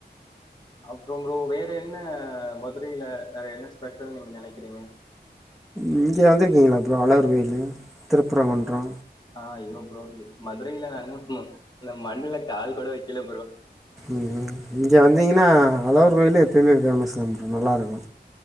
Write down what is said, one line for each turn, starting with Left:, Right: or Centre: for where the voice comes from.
Left: அப்புறோ ப்ரோ வேற என்ன மதுரையில வேற என்ன ஸ்பெஷல்னு நீங்க நெனைக்கிறீங்க
Centre: இங்கே வந்திருக்கீங்களா ப்ரோ அழகர் கோயிலு திருப்பரம்ங்குன்றோ
Left: ஆ இய்யோ ப்ரோ மதுரைல்ல நாங்க மண்ணுல கால் கூட வைக்கல ப்ரோ
Centre: ம் ம் இங்கே வந்திங்கன்னா அழகர் கோயிலு எப்பயுமே ஃபேமஸ் தா ப்ரோ நல்லாருக்கு